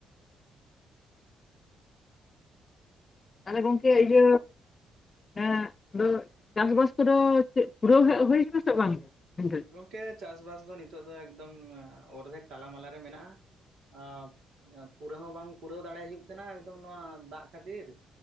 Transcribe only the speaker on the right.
ᱜᱚᱝᱠᱮ ᱪᱟᱥ-ᱵᱟᱥ ᱫᱚ ᱱᱤᱛᱚᱜ ᱫᱚ ᱮᱠᱫᱚᱢ ᱚᱨᱫᱷᱮᱠ ᱛᱟᱞᱟ-ᱢᱟᱞᱟ ᱨᱮ ᱢᱮᱱᱟᱜ-ᱟ᱾ ᱟ ᱯᱩᱨᱟᱹ ᱦᱚᱸ ᱵᱟᱝ ᱯᱩᱨᱟᱹᱣ ᱫᱟᱲᱮ ᱦᱩᱭᱩᱜ ᱠᱟᱱᱟ ᱮᱠᱫᱚᱢ ᱱᱚᱣᱟ ᱫᱟᱜ ᱠᱷᱟᱹᱛᱤᱨ᱾